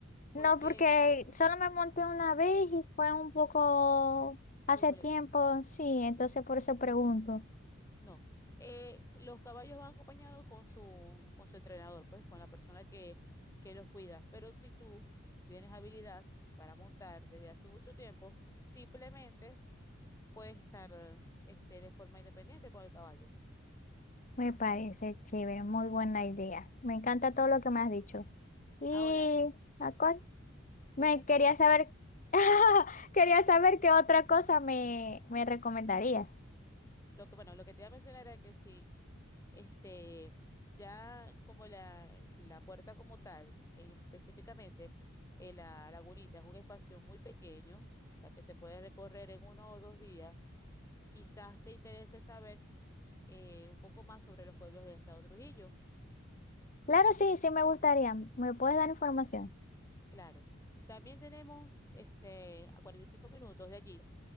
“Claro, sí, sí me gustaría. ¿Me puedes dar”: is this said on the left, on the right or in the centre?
Left